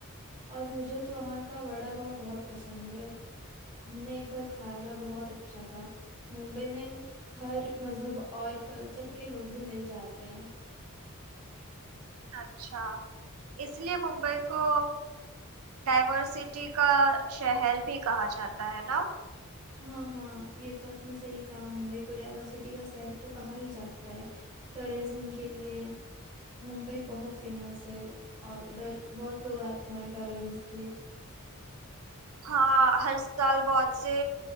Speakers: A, on the right (about 15°); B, on the right (about 75°).
A: اور مجھے تو وہاں کا وڑا پاؤ بہت پسند ہے ہم نے ایک بار کھایا تھا بہت اچھا تھا ممبئی میں ہر مذہب اور کلچر کے لوگ بھی مل جاتے ہیں
B: اچھا اس لیے ممبئی کو ڈائورسٹی کا شہر بھی کہا جاتا ہے نا
A: ہاں ہاں یہ تو آپ نے صحیح کہا ممبئی کو ڈائیورسٹی کا سر تو کہا ہی جاتا ہے ٹورزم کے لیے ممبئی بہت فیمس ہے اور ادھر بہت لوگ آتے ہیں ٹورنس کے لیے
B: ہاں ہر سال بہت سے